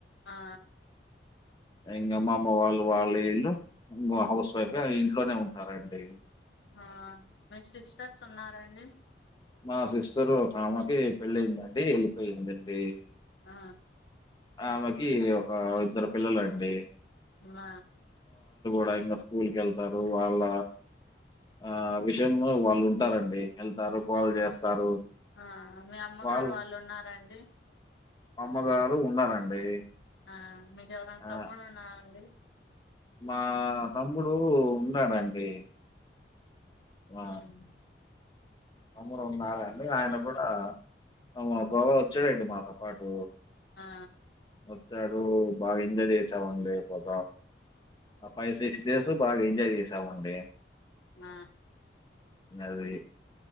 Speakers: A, on the left; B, on the left.
A: ఆ
B: ఇంగ మ మామ్మ వాళ్ళు వాళ్ళ ఇళ్ళు ఇంగ హౌస్ వైఫె ఇంట్లోనే ఉంటారండి
A: ఆ మీకు సిక్స్ స్టర్స్ ఉన్నారండి
B: మా సిస్టరు ఒకామెకీ పెళ్ళయిందండి ఎళ్ళిపోయిందండి
A: ఆ
B: ఆమెకి ఒక ఇద్దరు పిల్లలండి
A: మ
B: అబ్బాయి ఇంకా స్కూల్ కెళ్తారు వాళ్ళ ఆ విషయం వాళ్ళు ఉంటారండి ఎళ్తారు గోల చేస్తారు
A: ఆ మీ అమ్మగారు
B: వాళ్ళ
A: వాళ్ళున్నారండి
B: అమ్మగారు ఉన్నారండి
A: ఆ మీకు ఎవరైనా
B: ఆ
A: తమ్ముడు ఉన్నారాండి
B: మా తమ్ముడు ఉన్నాడండి ఆ
A: ఉమ్
B: తమ్ముడు ఉన్నాడండి ఆయన కూడా అ బాబ వచ్చాడండి మాతో పాటు
A: ఆ
B: వచ్చాడు బాగా ఎంజాయ్ చేసామండి బ ఆ ఫైవ్ సిక్స్ డేస్ బాగా ఎంజాయ్ చేసామండి
A: ఆ
B: అది